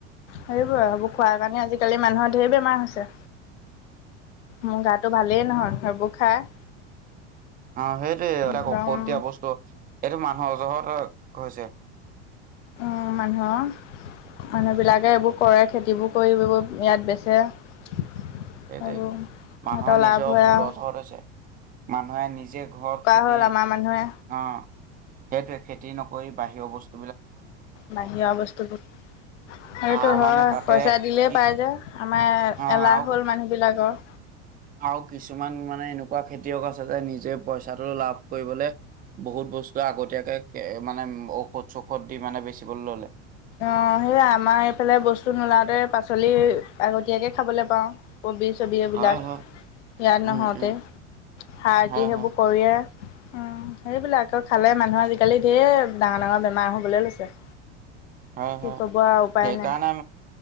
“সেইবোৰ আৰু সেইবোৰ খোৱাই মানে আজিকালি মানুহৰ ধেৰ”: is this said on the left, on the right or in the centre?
Left